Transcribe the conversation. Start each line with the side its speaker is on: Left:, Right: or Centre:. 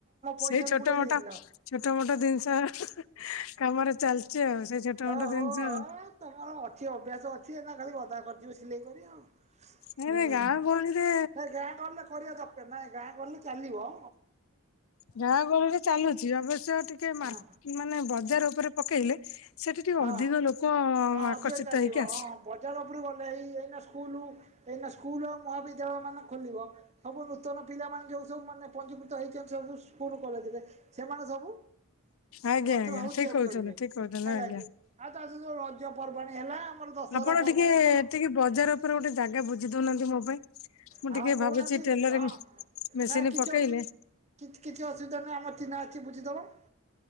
Right: ପଇସାକୁ
Left: ସେଇ ଛୋଟ
Right: ବୁଡେଇ
Left: ମୋଟ
Right: ଦେଇଥିଲ।
Left: ଛୋଟ ମୋଟ ଜିନିଷ ହିଁ, ହିଁ, କାମରେ ଚାଲିଛି ଆଉ ସେ ଛୋଟ
Right: ଓହୋ
Left: ମୋଟ ଜିନିଷ।
Right: ହୋ ତମର ଅଛି, ଅଭ୍ୟାସ ଅଛି ଏଇନା ଖାଲି ଗଦା କରିଯିବ ସିଲେଇ କରି ଆଉ।
Left: ନାଇଁ
Right: ହୁଁ,
Left: ନାଇଁ ଗାଁ ଗହଳିରେ
Right: ନାଇ ଗାଁ ଗହଳି ରେ କରିବା ଦ ନାଇଁ ଗାଁ ଗହଳି ରେ ଚାଲିବ।
Left: ଗାଁ ଗହଳିରେ ଚାଲୁଛି ଅବଶ୍ୟ ଟିକେ
Right: ହଁ
Left: ମାର୍ ମାନେ ବଜାର ଉପରେ ପକେଇଲେ ସେଠି ଟିକେ
Right: ହଁ
Left: ଅଧିକ ଲୋକ
Right: ହଁ
Left: ଆକର୍ଷିତ
Right: ଅଧିକ ଚାଲିବ
Left: ହେଇକି ଆସିବେ।
Right: ହଁ ବଜାର ଉପରକୁ ଗଲେ ଏଇ ଏଇନା ସ୍କୁଲ ଏଇନା ସ୍କୁଲ୍ ମହାବିଦ୍ୟାଳୟ ମାନ ଖୋଲିବ। ସବୁ ନୂତନ ପିଲାମାନେ ଯୋଉ ସବୁ ମାନେ ପଞ୍ଜିକୃତ ହେଇଛନ୍ତି ସ୍କୁଲ କଲେଜ ରେ। ସେମାନେ ସବୁ
Left: ଆଜ୍ଞା
Right: ବସ୍ତ୍ର
Left: ଆଜ୍ଞା
Right: ଭାବ
Left: ଠିକ
Right: ତିଆରି
Left: କହୁଛନ୍ତି
Right: କରିବେ
Left: ଠିକ କହୁଛନ୍ତି
Right: ହେଲା
Left: ଆଜ୍ଞା।
Right: କିି। ଆଉ ତା ସହ ଯୋଉ ରଜ ପର୍ବାଣୀ ହେଲା। ଆମର ଦଶହରା
Left: ଆପଣ
Right: ପର୍ବାଣୀ
Left: ଟିକେ
Right: ସବୁ
Left: ଟିକେ ବଜାର ଉପରେ ଗୋଟେ ଜାଗା ବୁଝି ଦଉନାହାନ୍ତି ମୋ ପାଇଁ। ମୁଁ
Right: ହଁ
Left: ଟିକେ
Right: କହୁନାହାନ୍ତି
Left: ଭାବୁଛି ଟେଲରିଂ
Right: ହଁ
Left: ମେସିନି
Right: ନା କିଛି
Left: ପକେଇଲେ
Right: ଅସୁ କିଛି -କିଛି ଅସୁବିଧା ନାହିଁ ଆମର ଚିହ୍ନା ଅଛି ବୁଝିଦବ।